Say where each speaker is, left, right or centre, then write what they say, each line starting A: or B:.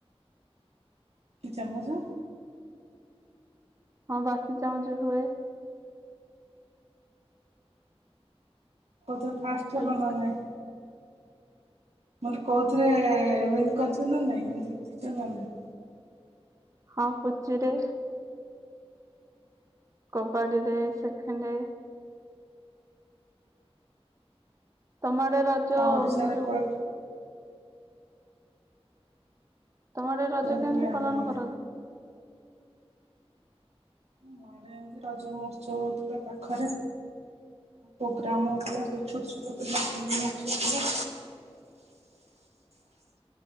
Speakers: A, on the right; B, on the right.
A: କି ଚାମଚ?
B: ହଁ ବାଟି ଚାମଚ ବି ହୁଏ।
A: ତ ଫାଷ୍ଟରୁ
B: ହଁ
A: ନବାର ନାଇଁ ମୁଁ କହିଲି କୋଉଥିରେ ୱିନ୍ କରିଛନ୍ତି ନା ନାଇଁ ଜିତିଛନା ନାଇଁ?
B: ହଁ ପୁଚୁରେ କବାଡ଼ିରେ ସେଖେଣ୍ଡ ତମ ଆଡେ
A: ହଁ ଓଡ଼ିଶାରେ
B: ଯୋଉ
A: କୁଆଡେ
B: ତମ ଆଡେ ରଜ
A: ହୁଏ
B: କେମିତି
A: ଆମ
B: ପାଳନ
A: ଆଡେ।
B: କରନ୍ତି?
A: ଆମ ଆଡେ ରଜମହଶ୍ଚ ହଉଥିଲା ପାଖରେ ପ୍ରୋଗ୍ରାମ ହଉଥିଲା ସବୁ ଛୋଟ ଛୋଟ ପିଲାମାନେ ନାଚିଲେ